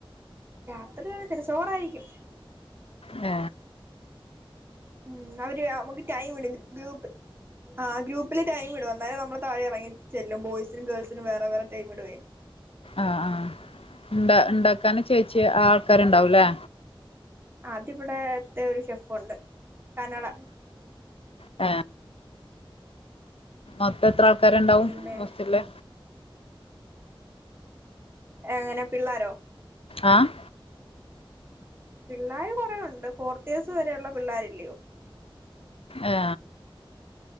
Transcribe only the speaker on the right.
രാത്രിൽത്തെതു ച്ചോറായിരിക്കും
ഉം അവര് നമുക്ക് ടൈം ഉണ്ട് ഗ്രൂപ്പ് ആ ഗ്രൂപ്പില് ടൈം ഇടും അന്നാരം നമ്മള് താഴെ ഇറങ്ങി ചെല്ലും ബോയ്സിനും ഗേൾസിനും വേറെ വേറെ ടൈം ഇടുവേ
അതിവിടത്തെ ഒരു ഷെഫുണ്ട് കനഡ
പിന്നെ
എങ്ങനെ പിള്ളോരോ
പിള്ളാര് കൊറേ ഒണ്ട് ഫോർത്തിയേഴ്സ് വരെയുള്ള പിള്ളാരില്ലയോ